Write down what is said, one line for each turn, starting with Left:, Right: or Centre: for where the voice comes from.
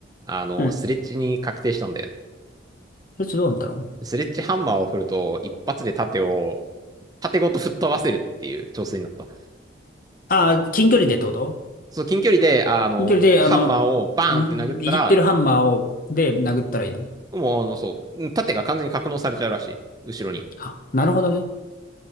Right: あの、
Left: う。うん。
Right: スレッジに確定したんだよね。
Left: そいつどうなったの
Right: スレッジハンマーを振ると、一発で盾を縦ごと吹っ飛ばせるっていう挑戦だった。
Left: ああー、近距離でってこと
Right: そう、近距離で、あの、
Left: 近距離で、
Right: ハンマーをバーンって殴ったら、
Left: あの、うん握ってるハンマーを、で殴ったらいいの
Right: もう、あの、そう、縦が完全に格納されちゃうらしい。後ろに。
Left: あ、なるほどね。